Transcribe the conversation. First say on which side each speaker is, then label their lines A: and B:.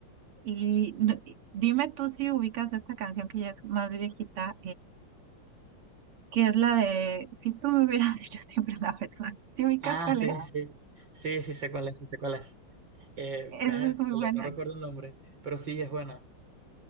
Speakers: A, on the right (about 85°); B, on the right (about 55°).
A: Y no- y dime tú si ubicas esta canción que ya es más viejita, que es la de, si tú me hubieras <laughs> dicho siempre la verdad, si ubicas
B: Ah,
A: cuál
B: sí,
A: es?
B: sí, sí, sí, sé cuál es, sí sé cuál es. Eh,
A: Esa
B: vértale,
A: es muy buena.
B: no recuerdo el nombre, pero sí es buena.